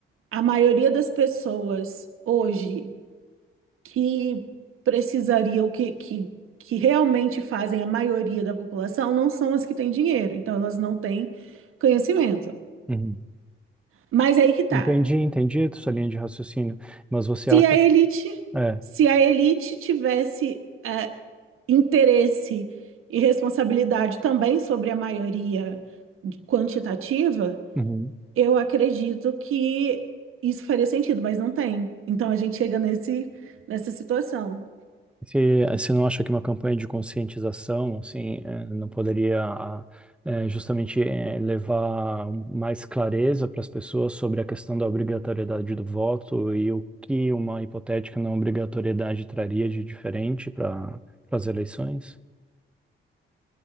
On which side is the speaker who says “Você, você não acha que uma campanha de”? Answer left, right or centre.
Centre